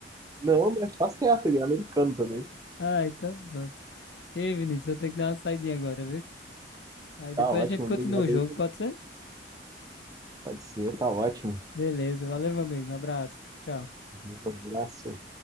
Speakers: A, on the right; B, on the left.
A: Não, mas tá certo, ele é americano também.
B: Ah, então pronto. Ei, Vinícius, eu tenho que dar uma saidinha agora, viu? Aí depois
A: Tá ótimo,
B: a gente continua
A: obrigado
B: o jogo,
A: aí.
B: pode ser?
A: Pode ser, tá ótimo.
B: Beleza, valeu, meu amigo. Abraço. Tchau.
A: Um abraço.